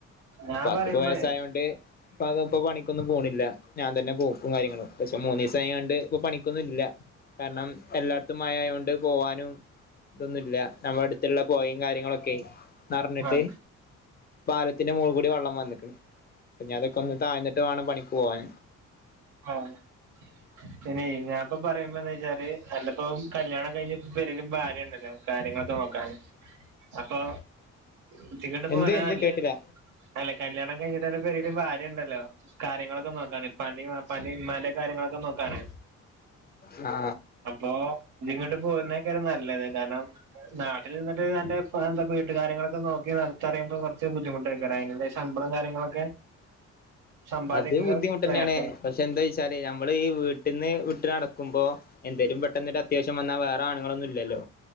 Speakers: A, on the right; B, on the left.
A: ഞാൻ
B: ഇപ്പാക്ക്
A: പറയുമ്പഴേ
B: ഇപ്പം വയസ്സായോണ്ട് ഇപ്പ അത് ഇപ്പോ പണിക്കൊന്നും പോണില്ല ഞാൻ തന്നെ പോക്കും കാര്യങ്ങളും പക്ഷെ മൂന്ന ദിവസായാണ്ട് ഇപ്പം പണിക്കൊന്നും ഇല്ല കാരണം എല്ലാട് ത്തും മഴായോണ്ട് പോവാനും ഇതൊന്നുംല്ല നമ്മുടെ അടുത്തുള്ള പൊഴിം കാര്യങ്ങളൊക്കെ നിറഞ്ഞിട്ട്
A: ആഹ്
B: പാലത്തിന്റെ മോൾകൂടി വെള്ളം വന്നിക്ക്ണ് പ്പംഞ്ഞതൊക്കൊന്ന് താഴ്ന്നിട്ട് വേണം പണിക്ക് പോവാൻ
A: ആഹ് പിന്നൈ ഞാപ്പ പറയാമ്പന്നെ വെച്ചാല് അന്റെ പ്പൊ കല്യാണം കഴിഞ് പെരെല് ഭാര്യ ഇണ്ടല്ലോ കാര്യങ്ങളൊക്കെ നോക്കാന് അപ്പൊ കുത്തി <unintelligible>
B: എന്ത് എന്ത് കേട്ടില്ല
A: അല്ല കല്യാണം കഴിഞ്ഞിട്ട് അന്റെ പെരെല് ഭാര്യണ്ടല്ലോ കാര്യങ്ങളോക്ക നോക്കാന് ഇപ്പാന്റിം ഇപ്പാന്റിം ഇമ്മാന്റിം കാര്യങ്ങളൊക്കെ നോക്കാന്
B: ആ
A: അപ്പൊ ഇജ്ജ് ഇങ്ങട്ട് പോര്ന്നെക്കാരം നല്ലത് കാര്ണം നാട്ടില് നിന്നി്ട്ട് അന്റെ എന്ത വീട്ടുകാര്യങ്ങളൊക്കെ നോക്കി നടത്തറിയുമ്പോ കൊർച്ച് ബുദ്ധിമുട്ടേക്കാരം <unintelligible> ശമ്പളം കാര്യങ്ങളൊക്കെ സമ്പാദിക്കുക
B: അത് ബുദ്ധിമുട്ടന്നെണ്
A: പ്രയാസ
B: പക്ഷെ എന്താ വച്ചാല് നമ്മള് ഈ വീട്ട്ന്ന് വിട്ട് നടക്കുമ്പോ എന്തേലും പെട്ടെന്ന്ട്ട അത്യാവശ്യം വന്നാ വേറ ആണുങ്ങളൊന്നു ഇല്ലല്ലോ